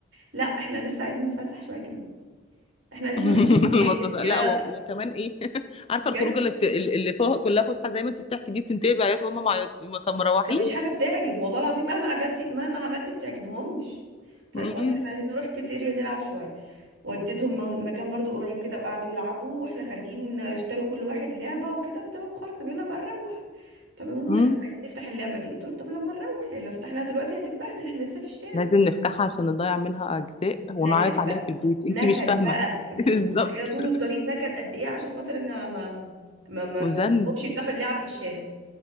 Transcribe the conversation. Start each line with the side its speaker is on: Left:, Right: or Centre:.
Right: لا احنا لسه عايزين نتفسح شوية كمان احنا عايزين
Left: <laughs>
Right: نروح كيدز اريا
Left: المطبخ
Right: يا
Left: لا و- وكمان ايه <laughs> عارفه
Right: بجد
Left: الخروجه اللي بت... اللي فوق كلها فسحه زي ما انت بتحكي دي بتنتهي بعياط وهم معيط مخ- مروحين
Right: ما فيش حاجة بتعجب والله العظيم مهما عجبتي مهما عملتي ما بتعجبهمش طيب
Left: مم.
Right: خلاص احنا عايزين نروح كيدز اريا نلعب شوية وديتهم من- مكان برضو قريب كده وقعدوا يلعبوا واحنا خارجين اشتروا كل واحد لعبة وكده وتمام وخلاص طب يلا بقى نروح طب يا ماما
Left: مم.
Right: احنا عايزين نفتح اللعبة دي قلت لهم طب لما نروح يعني لو فتحناها دلوقتي هتتبهدل احنا لسه في الشارع
Left: لازم نفتحها عشان نضيع منها اجزاء ونعيط
Right: نكد
Left: عليها
Right: بقى
Left: في البيت انت
Right: نكد
Left: مش فاهمه
Right: بقى
Left: <laughs>
Right: انت
Left: بالظبط
Right: مش متخيلة طول الطريق نكد قد ايه عشان خاطر انا ما ما ما,
Left: وزن
Right: ما سبتهمش يفتحوا اللعب في الشارع